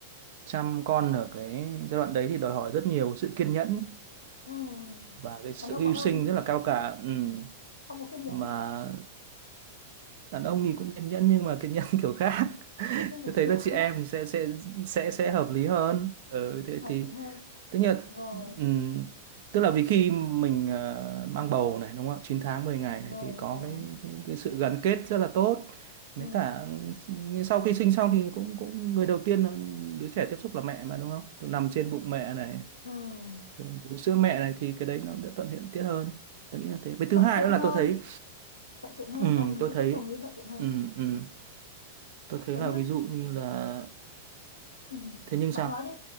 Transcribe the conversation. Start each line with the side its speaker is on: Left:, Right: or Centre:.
Right: chăm con ở cái giai đoạn đấy thì đòi hỏi rất nhiều sự kiên nhẫn
Left: Ừ.
Right: và cái sự
Left: Đàn ông
Right: hy
Left: bọn ông
Right: sinh rất là cao cả ừ.
Left: không có kiên nhẫn
Right: mà đàn ông thì cũng kiên nhẫn nhưng mà kiên nhẫn <laughs> kiểu khác
Left: kiên nhẫn
Right: tôi thấy
Left: kiểu
Right: là
Left: khác
Right: chị em sẽ sẽ sẽ sẽ hợp lý hơn ừ, thế
Left: hợp
Right: thì
Left: lý hơn
Right: tức là
Left: rồi
Right: ừm, tức là vì khi mình ờ, mang bầu này đúng không 9 tháng 10 ngày
Left: rồi
Right: này thì có
Left: rồi
Right: cái, cái, cái sự gắn kết rất là tốt mấy
Left: ừ.
Right: cả ừ, sau khi sinh xong thì cũng cũng người đầu tiên đứa trẻ tiếp xúc là mẹ mà đúng không nằm trên bụng mẹ này
Left: Ừ.
Right: rồi bú sữa mẹ này thì cái đấy nó sẽ thuận tiện tiết hơn tôi nghĩ là thế với thứ
Left: thuận
Right: hai
Left: tiện
Right: nữa là
Left: hơn
Right: tôi thấy
Left: thuận tiện hơn
Right: ừ,
Left: ông ý,
Right: tôi thấy
Left: ông ý thuận tiện hơn
Right: ừ, ừ, tôi thấy
Left: thế
Right: là
Left: nhưng
Right: ví dụ như là
Left: ừ.
Right: thế nhưng
Left: bạn
Right: sao
Left: nói đi